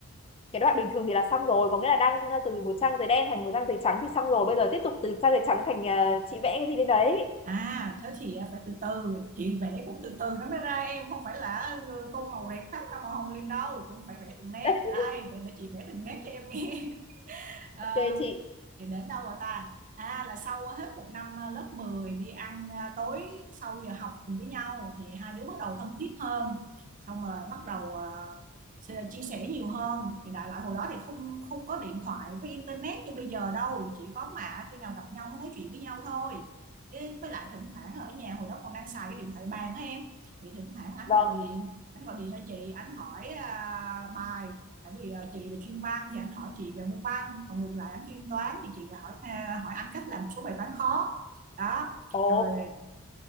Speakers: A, on the left (about 25°); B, on the right (about 35°).
A: cái đoạn bình thường thì là xong rồi có nghĩa là đang ờ, từ một trang giấy đen thành một trang giấy trắng thì xong rồi bây giờ tiếp tục từ trang giấy trắng thành ờ, chị vẽ cái gì lên đấy
B: à thế thì ờ, phải từ từ chị vẽ cũng từ từ nó mới ra em không phải là ừ, tô màu rẹt phát ra màu hồng liền đâu cũng phải vẽ từng nét
A: <laughs>
B: đây để, để chị vẽ từng nét cho em nghe <laughs> à,
A: ok chị
B: thì đến đâu rồi ta à là sau hết một năm à, lớp 10 đi ăn à, tối sau giờ học cùng với nhau thì hai đứa bắt đầu thân thiết hơn xong rồi bắt đầu à, chia sẻ nhiều hơn thì đại loại hồi đó thì không không có điện thoại với internet như bây giờ đâu chỉ có mà khi nào gặp nhau mới nói chuyện với nhau thôi với lại thỉnh thoảng ở nhà hồi đó còn đang xài cái điện thoại bàn á em thì thỉnh thoảng anh
A: vâng
B: gọi điện anh gọi điện cho chị anh hỏi à, bài tại vì ờ, chị là chuyên văn thì anh hỏi chị về môn văn còn ngược lại anh chuyên toán thì chị lại hỏi tha- hỏi anh cách làm một số bài toán khó đó
A: ồ
B: rồi